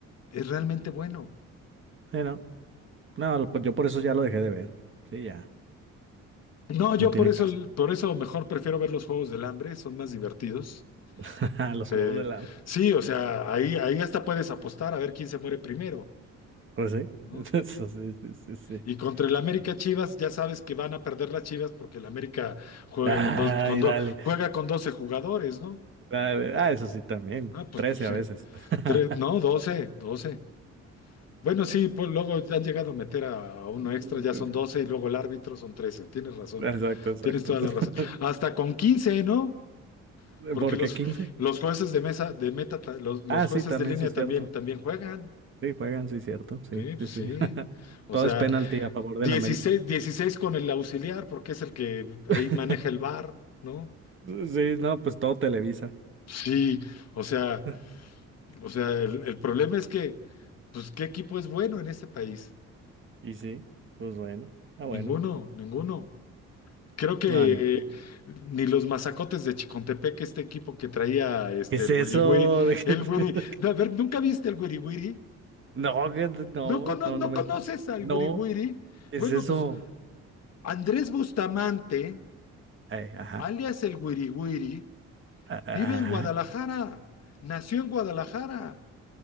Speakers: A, on the left; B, on the right.
A: es realmente bueno.
B: eh, no. No, lo- pues yo por eso ya lo dejé de ver. Sí, ya,
A: No, yo
B: no tiene
A: por eso,
B: caso.
A: por eso mejor prefiero ver los juegos del hambre, son más divertidos.
B: <laughs>
A: Este,
B: Los juegos del hambre.
A: sí, o sea, ahí, ahí hasta puedes apostar a ver quién se muere primero,
B: Pues sí.
A: ¿no?
B: <laughs> Eso sí, sí, sí, sí.
A: Y contra el América
B: Bueno.
A: Chivas, ya sabes que van a perder las Chivas porque el América juega
B: Ay,
A: con dos, con dos,
B: dale,
A: juega con 12 jugadores, ¿no?
B: dale. Ah, eso sí también.
A: Ah, pues,
B: Trece
A: pues sí.
B: a veces. <laughs>
A: Tres, no, doce doce. Bueno, sí, pues luego ya han llegado a meter a, a uno
B: Sí,
A: extra, ya son 12 y luego el árbitro son 13. Tienes razón,
B: Exacto, exacto.
A: tienes toda
B: <laughs>
A: la razón. Hasta con 15, ¿no? Porque
B: ¿Por
A: los,
B: qué 15?
A: los jueces de mesa, de meta, ta- los, los
B: Ah, sí,
A: jueces
B: también
A: de línea
B: sí es cierto.
A: también, también juegan.
B: Sí, juegan, sí, cierto. Sí,
A: Sí, pues
B: sí, sí.
A: sí.
B: <laughs>
A: O
B: Todo
A: sea,
B: es penalti a favor
A: dieciséis
B: del América.
A: dieciséis con el auxiliar, porque es el que ahí
B: <laughs>
A: maneja el bar, ¿no?
B: Sí, no, pues todo Televisa.
A: Sí, o sea,
B: <laughs>
A: o sea, el, el problema es que, pues, ¿qué equipo es bueno en este país?
B: Y sí, pues bueno. Ah, bueno.
A: Ninguno, ninguno. Creo que
B: No, ni-
A: ni los mazacotes de Chicontepec, este equipo que traía este,
B: ¿Qué es
A: el
B: eso?
A: Wiri Wiri,
B: <laughs> ¿De qué-
A: el Wiri, no, a ver, ¿nunca viste el Wiri Wiri?
B: No, que- no,
A: ¿No, cono-
B: no,
A: no
B: no me.
A: conoces al
B: No,
A: Wiriwiri?
B: ¿qué
A: Bueno,
B: es eso?
A: pues Andrés Bustamante,
B: Ay, ajá,
A: alias el Wiriwiri,
B: a- a-
A: vive en
B: ajá.
A: Guadalajara, nació en Guadalajara.